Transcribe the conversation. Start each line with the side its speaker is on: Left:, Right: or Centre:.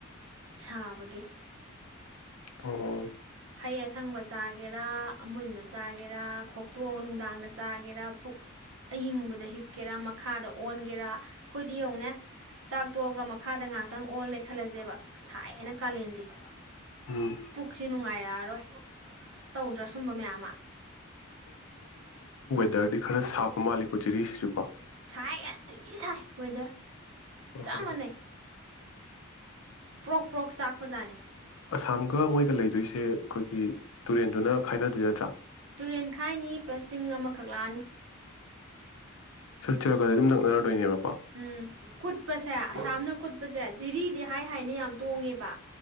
Right: ꯁꯥꯕꯒꯤ
Left: ꯑꯣ
Right: ꯍꯩ ꯑꯁꯪꯕ ꯆꯥꯒꯦꯔꯥ ꯑꯃꯨꯟꯕ ꯆꯥꯒꯦꯔꯥ ꯈꯣꯛꯇꯣꯛꯑꯒ ꯅꯨꯡꯗꯥꯡꯗ ꯆꯥꯒꯦꯔꯥ ꯄꯨꯛ ꯑꯌꯤꯡꯕꯗ ꯍꯤꯞꯀꯦꯔꯥ ꯃꯈꯥꯗ ꯑꯣꯟꯒꯦꯔꯥ ꯑꯩꯈꯣꯏꯗꯤ ꯌꯧꯅꯦ ꯆꯥꯛꯇꯣꯛꯑꯒ ꯃꯈꯥꯗ ꯉꯍꯥꯛꯇꯪ ꯑꯣꯜꯂꯦ ꯈꯜꯂꯁꯦꯕ ꯁꯥꯏꯅ ꯀꯥꯂꯦꯟꯁꯦ ꯌꯥꯝꯥꯏ
Left: ꯎꯝ
Right: ꯈꯂꯟ ꯁꯤ ꯅꯨꯡꯉꯥꯏꯔꯛꯑꯔꯣꯏ ꯇꯧꯗ꯭ꯔꯥ ꯁꯨꯝꯕ ꯃꯌꯥꯝ ꯑꯃ
Left: ꯗꯔꯗꯤ ꯈꯔ ꯁꯥꯞꯄ ꯃꯥꯜꯂꯤꯦꯀꯣ ꯖꯤꯔꯤꯁꯤꯁꯨꯀꯣ
Right: ꯁꯥꯏ ꯑꯁꯇꯤ ꯁꯥꯏ ꯋꯦꯗꯔ
Left: ꯑ
Right: ꯆꯞ ꯃꯥꯟꯅꯩ ꯄ꯭ꯔꯣꯛ ꯄ꯭ꯔꯣꯛ ꯆꯥꯛꯄꯖꯥꯠꯅꯤ
Left: ꯑꯁꯥꯝꯒ ꯃꯣꯏꯒ ꯂꯩꯗꯣꯏꯁꯦ ꯑꯩꯈꯣꯏꯒꯤ ꯇꯨꯔꯦꯟꯗꯨꯅ ꯈꯥꯏꯅꯗꯣꯏ ꯅꯠꯇ꯭ꯔꯥ
Right: ꯇꯨꯔꯦꯟꯈꯥꯏꯅꯤ ꯄ꯭ꯂꯁꯤꯡ ꯑꯃꯈꯛ ꯂꯥꯛꯑꯅꯤ
Left: ꯆꯠꯔꯛꯒꯗꯤ ꯑꯗꯨꯝ ꯅꯛꯅꯔꯗꯣꯏꯅꯦꯕ
Right: ꯎꯝ ꯀꯨꯠꯕꯁꯦ ꯑꯁꯥꯝꯅ ꯀꯨꯠ ꯆꯤꯠꯄꯁꯦ ꯖꯤꯔꯤꯗꯤ ꯍꯥꯏ ꯍꯥꯏꯅ ꯌꯥꯝ ꯇꯣꯡꯉꯦꯕ